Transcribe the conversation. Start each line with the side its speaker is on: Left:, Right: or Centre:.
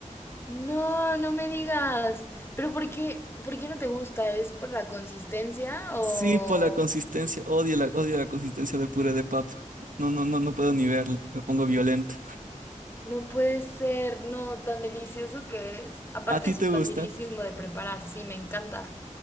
Left: No, no me digas. ¿Pero por qué, por qué no te gusta? ¿Es por la consistencia o...?
Right: Sí, por la consistencia, odio la, odio la consistencia del puré de papa. No, no, no, no puedo ni verlo, me pongo violento.
Left: No puede ser, no, tan delicioso que es. Aparte
Right: ¿A ti
Left: es
Right: te
Left: facilísimo
Right: gusta?
Left: de preparar, sí, me encanta.